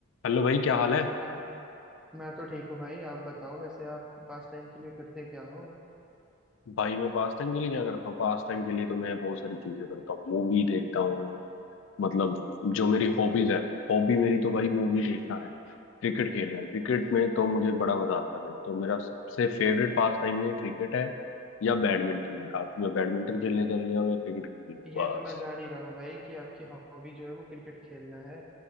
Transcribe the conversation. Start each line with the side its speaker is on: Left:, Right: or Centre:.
Left: हेलो भाई क्या हाल है
Centre: और मैं तो ठीक हूँ भाई आप बताओ वैसे आप पास टाइम के लिए करते क्या हो
Left: भाई मैं पास टाइम के लिए क्या करता हूँ पास टाइम के लिए तो मैं बहुत सारी चीजें करता हूँ मूवी देखता हूँ मतलब जो मेरी हॉबीज है हॉबी मेरी तो भाई मूवी देखना है क्रिकेट खेलना क्रिकेट में तो मुझे बड़ा मजा आता है भाई तो मेरा सबसे फेवरेट पास टाइम में क्रिकेट है या बैडमिंटन है आप या बैडमिंटन खेलने चले जाओ या क्रिकेट खेलने
Centre: ये
Left: बस
Centre: तो मैं जान ही रहा हूँ भाई कि आपकी हॉबी जो है वो क्रिकेट खेलना है